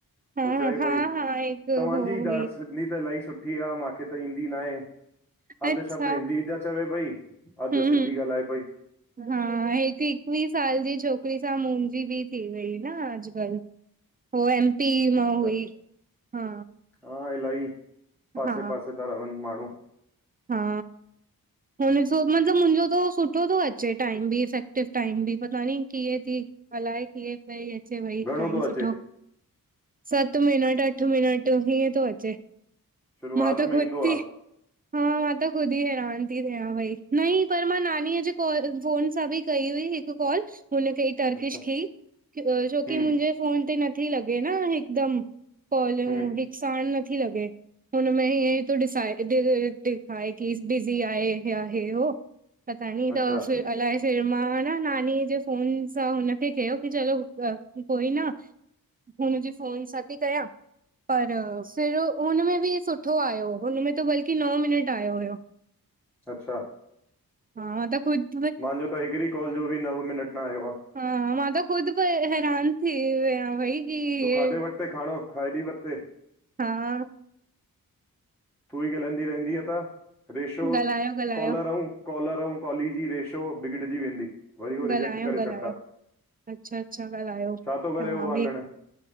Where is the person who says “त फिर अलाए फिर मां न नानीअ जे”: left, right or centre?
Right